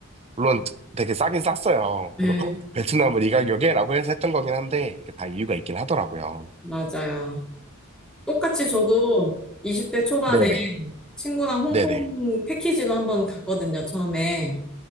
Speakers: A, on the right; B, in the centre.
A: 물론 되게 싸긴 쌌어요.
B: 네,
A: 그래서, 어, 베트남을 이 가격에? 라고 해서 했던 거긴 한데, 이게 다 이유가 있긴 하더라고요.
B: 맞아요. 똑같이 저도 20대 초반에
A: 네네,
B: 친구랑 홍콩
A: 네네,
B: 패키지로 한번 갔거든요, 처음에.